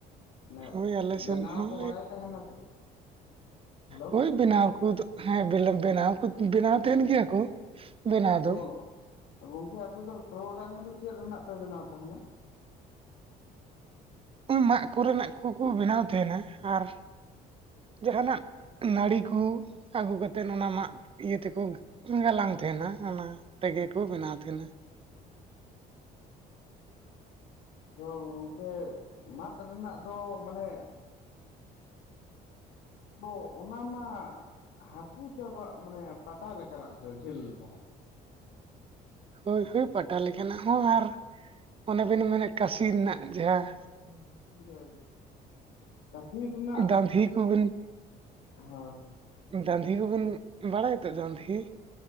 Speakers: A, on the left; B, on the right.
A: ᱢᱟᱱᱮ
B: ᱦᱳᱭ ᱟᱞᱮ
A: ᱵᱮᱱᱟᱣ
B: ᱥᱮᱱ ᱦᱚᱸ
A: ᱠᱚ ᱵᱟᱲᱟᱭ ᱛᱟᱦᱮᱱᱟ ᱥᱮ᱾ ᱦᱮᱞᱳ
B: ᱦᱳᱭ ᱵᱮᱱᱟᱣ ᱠᱚ ᱦᱮᱸ ᱵᱮᱱᱟᱣ ᱵᱮᱱᱟᱣ ᱵᱮᱱᱟᱣ ᱛᱟᱦᱮᱱ ᱜᱮᱭᱟ ᱠᱚ᱾ ᱵᱮᱱᱟᱣ
A: ᱟᱫᱚ
B: ᱫᱚ
A: ᱜᱚᱝᱠᱮ ᱟᱯᱮ ᱫᱚ ᱴᱨᱚᱰᱟᱝ ᱫᱚ ᱪᱮᱫ ᱨᱮᱱᱟᱜ ᱯᱮ ᱵᱮᱱᱟᱣ ᱛᱟᱦᱮᱱᱟ?
B: ᱢᱟᱜ ᱠᱚᱨᱮᱱᱟᱜ ᱠᱚᱠᱚ ᱵᱮᱱᱟᱣ ᱛᱟᱦᱮᱱᱟ ᱟᱨ ᱡᱟᱦᱟᱸᱱᱟᱜ ᱱᱟᱲᱤᱠᱚ ᱟᱹᱜᱩ ᱠᱟᱛᱮᱫ ᱚᱱᱟ ᱢᱟᱜ ᱤᱭᱟᱹ ᱛᱮᱠᱚ ᱜᱟᱞᱟᱝ ᱛᱟᱦᱮᱱᱟ ᱚᱱᱟ ᱛᱮᱜᱮ ᱠᱚ ᱵᱮᱱᱟᱣ ᱛᱟᱦᱮᱱᱟ᱾
A: ᱟᱫᱚ ᱜᱚᱝᱠᱮ ᱢᱟᱫ ᱨᱮᱱᱟᱜ ᱫᱚ ᱢᱟᱱᱮ <unintelligible> ᱚᱱᱟ ᱢᱟᱜ ᱦᱟᱹᱠᱩ ᱥᱮ ᱟᱵᱚ ᱢᱟᱱᱮ ᱯᱟᱴᱟ ᱞᱮᱠᱟᱱᱟᱜ ᱡᱷᱟᱹᱞ ᱫᱷᱟᱨᱟ᱾
B: ᱦᱳᱭ ᱦᱳᱭ ᱯᱟᱴᱟ ᱞᱮᱠᱟᱱᱟᱜ ᱦᱚᱸ ᱟᱨ ᱚᱱᱮ ᱵᱮᱱ ᱢᱮᱱᱟ ᱠᱟᱥᱤ ᱨᱮᱱᱟᱜ ᱡᱟᱦᱟᱸ
A: <unintelligible> <unintelligible>
B: ᱫᱟᱺᱫᱷᱤ ᱠᱚᱵᱮᱱ
A: ᱦᱳᱭ
B: ᱫᱟᱺᱫᱷᱤ ᱠᱚᱵᱮᱱ ᱵᱟᱲᱟᱭᱛᱚ ᱫᱟᱺᱫᱷᱤ?